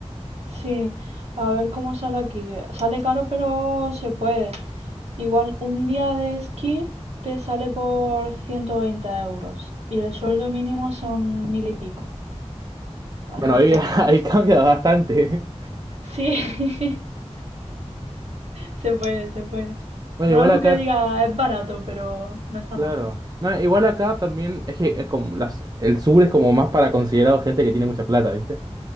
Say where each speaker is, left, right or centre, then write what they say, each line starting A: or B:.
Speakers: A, on the right; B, on the right.
A: sí. A ver cómo sale aquí. Sale caro, pero se puede. Igual un día de esquí te sale por 120 euros. Y el sueldo mínimo son mil y pico. Así
B: Bueno,
A: que
B: ahí,
A: está
B: <laughs>
A: bien.
B: ahí cambia bastante.
A: Sí. <laughs> Se puede, se puede.
B: Bueno,
A: No
B: igual
A: algo
B: acá,
A: que diga es barato, pero no está
B: claro.
A: mal.
B: No, igual acá también, es que es como las, el sur es como más para considerado gente que tiene mucha plata, ¿viste?